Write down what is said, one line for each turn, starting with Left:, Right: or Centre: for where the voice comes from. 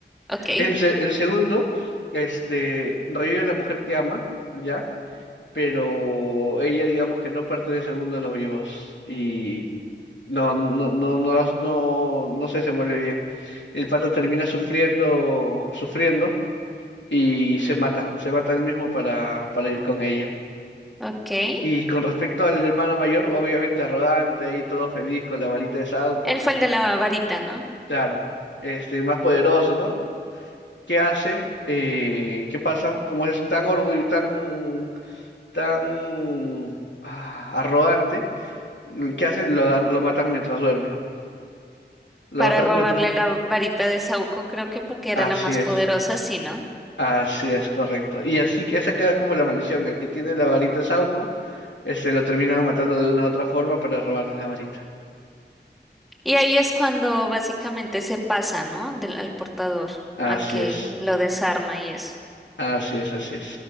Centre: ok,
Left: El, se- el segundo, este, revive a la mujer que ama, ¿ya? Pero ella, digamos que no pertenece al mundo de los vivos y no, no, no, no, las- no, no se desenvuelve bien. El pato termina sufriendo, sufriendo y se mata, se mata él mismo para, para ir con ella.
Centre: ok.
Left: Y con respecto al hermano mayor, obviamente arrogante, ahí todo feliz con la varita de Sauco,
Centre: Él
Left: ja-
Centre: fue el de la varita, ¿no?
Left: claro, este, más poderoso, ¿no? qué hace, eh, qué pasa, como es tan orgullo, tan, tan ah, arrogante, ¿qué hacen? Lo, lo matan mientras duerme. Lo
Centre: Para
Left: matan
Centre: robarle
Left: mientras...
Centre: la varita de Saúco, creo que porque era
Left: Así
Centre: la más
Left: es,
Centre: poderosa, sí, ¿no?
Left: así es, correcto. Y así que esa queda como la maldición. El que tiene la varita de Sauco, este, lo terminan matando de una u otra forma para robarle la varita.
Centre: Y ahí es cuando básicamente se pasa, ¿no? Del, al portador,
Left: Así
Centre: al que
Left: es,
Centre: lo desarma y eso.
Left: así es, así es.